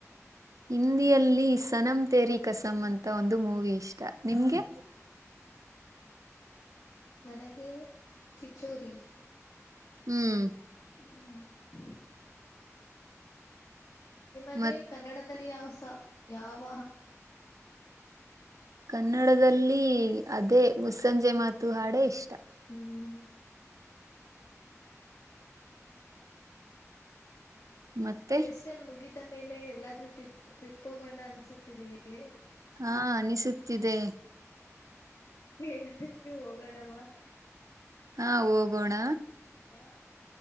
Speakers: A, on the right; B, on the left.
A: ಹಿಂದಿಯಲ್ಲಿ ಸನಂ ತೇರಿ ಕಸಂ ಅಂತ ಒಂದು ಮೂವಿ ಇಷ್ಟ. ನಿಮ್ಗೆ
B: ಆ ನನಗೆ ಚಿಚೋರಿ.
A: ಹ್ಮ್
B: ಹ್ಮ <inaudible> ನಿಮಗೆ
A: ಮತ್
B: ಕನ್ನಡದಲ್ಲಿ ಯಾವ ಯಾವ.
A: ಕನ್ನಡದಲ್ಲಿ ಅದೇ ಮುಸ್ಸಂಜೆ ಮಾತು ಹಾಡ ಇಷ್ಟು.
B: ಹ್ಮ್
A: ಮತ್ತೆ
B: ಸೆಮಿಸ್ಟರ್ ಮುಗಿದ ಮೇಲೆ ಎಲ್ಲಾದ್ರೂ ಟ್ರಿಪ್ ಟ್ರಿಪ್ಪೋಗಳನ್ನ ಅನಿಸುತ್ತಿದೆಯೇ.
A: ಹಾ ಅನಿಸುತ್ತಿದೆ.
B: ಕೇಳ್ಲಿಕ್ಕೆ ಹೋಗೋಣವಾ.
A: ಹಾ ಹೋಗೋಣ
B: ಹಾ